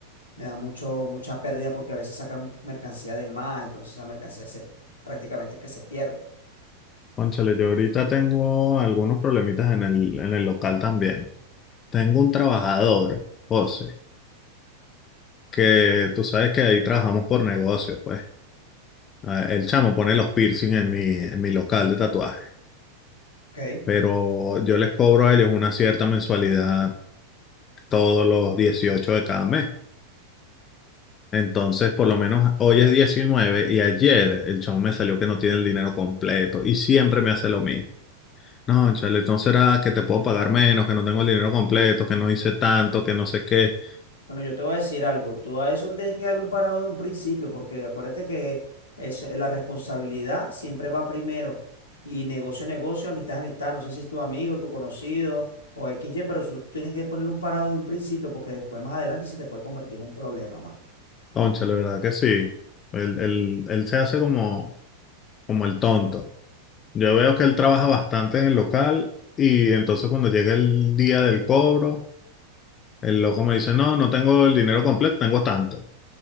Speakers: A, on the left (about 75°); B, on the left (about 30°).
A: me da mucho, mucha pérdida porque a veces sacan mercancía de más, entonces esa mercancía se prácticamente que se pierde.
B: cónchale, yo ahorita tengo algunos problemitas en el, en el local también. Tengo un trabajador, José, que tú sabes que ahí trabajamos por negocio, pues. Ah, El chamo pone los piercing en mi, en mi local de tatuaje,
A: ¿ok?
B: pero yo les cobro a ellos una cierta mensualidad todos los 18 de cada mes. Entonces, por lo menos hoy es 19 y ayer el chamo me salió que no tiene el dinero completo y siempre me hace lo mismo. No, chale, entonces era que te puedo pagar menos, que no tengo el dinero completo, que no hice tanto, que no sé qué.
A: Bueno, yo te voy a decir algo. Tú a eso le tienes que darle un parado de un principio, porque acuérdate que es, eh, la responsabilidad siempre va primero. Y negocio, negocio, amistad, amistad. No sé si es tu amigo, tu conocido o XY, pero eso tú tienes que ponerle un parado de un principio, porque después, más adelante, se te puede convertir en un problema, mano.
B: Cónchale, ¿verdad que sí? Él, él, él se hace como, como el tonto. Yo veo que él trabaja bastante en el local y entonces cuando llega el día del cobro, el loco me dice, no, no tengo el dinero completo, tengo tanto.